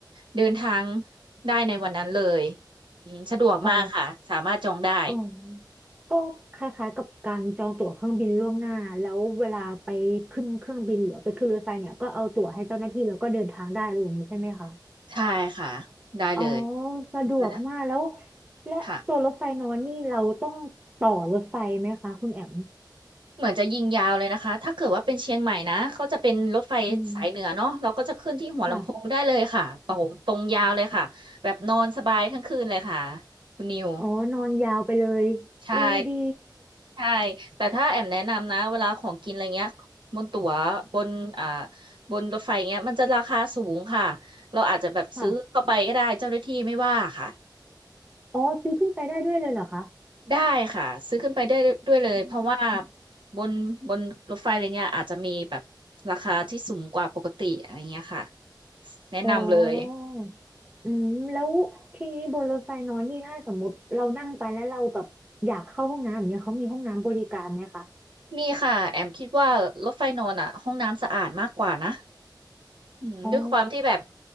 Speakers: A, on the right; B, on the right.
A: เดินทางได้ในวันนั้นเลย อืมสะดวกมากค่ะสามารถจองได้
B: อ๋อ อ๋อก็คล้ายๆกับการจองตั๋วเครื่องบินล่วงหน้าแล้วเวลาไปขึ้นเครื่องบินหรือไปขึ้นรถไฟเนี่ยก็เอาตั๋วให้เจ้าหน้าที่แล้วก็เดินทางได้อะไรอย่างนี้ใช่ไหมคะ
A: ใช่ค่ะได้เลย
B: อ๋อสะดวกมากแล้ว
A: แต่ถ้า
B: และตัวรถไฟนอนนี่เราต้องต่อรถไฟไหมคะคุณแอม
A: ค่ะเหมือนจะยิงยาวเลยนะคะถ้าเกิดว่าเป็นเชียงใหม่นะเขาจะเป็นรถไฟสายเหนือเนาะเราก็จะขึ้นที่หัวลำโพงได้เลยค่ะตรงตรงยาวเลยค่ะแบบนอนสบายทั้งคืนเลยค่ะ
B: อืมค่ะ
A: คุณนิว
B: อ๋อนอนยาวไปเลยอุ้ยดี
A: ใช่ใช่แต่ถ้าแอมแนะนำนะเวลาของกินอะไรเงี้ยบนตั๋วบนอ่าบนรถไฟเงี้ยมันจะราคาสูงค่ะเราอาจจะแบบซื้อเข้าไปก็ได้เจ้าหน้าที่ไม่ว่าค่ะ
B: ค่ะอ๋อซื้อขึ้นไปได้ด้วยเลยเหรอคะ
A: ได้ค่ะซื้อขึ้นไปได้ด้วยเลยเพราะว่า
B: อืม
A: บนบนรถไฟอะไรเงี้ยอาจจะมีแบบราคาที่สูงกว่าปกติอะไรเงี้ยค่ะแนะนำเลย
B: อ๋ออืมแล้วทีนี้บนรถไฟนอนนี่ถ้าสมมติเรานั่งไปแล้วเราแบบอยากเข้าห้องน้ำอย่างเงี้ยเขามีห้องน้ำบริการไหมคะ
A: มีค่ะแอมคิดว่ารถไฟนอนอ่ะห้องน้ำสะอาดมากกว่านะอืมด้วยความที่แบบ
B: อ๋อ